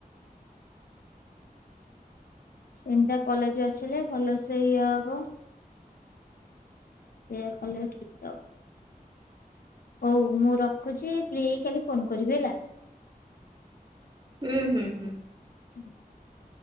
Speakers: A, on the left (about 75°); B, on the right (about 25°).
A: ସେମିତିଆ କଲେଜ୍ ବାଛିଲେ ଭଲସେ ଏଇଆ ହବ। ସେଇୟା କଲେ ଠିକ୍ ହବ। ହଉ ମୁଁ ରଖୁଛି ଫ୍ରି ହେଇକି କାଲି ଫୋନ୍ କରିବି ହେଲା?
B: ହୁଁ ହୁଁ ହୁଁ।
A: <unintelligible>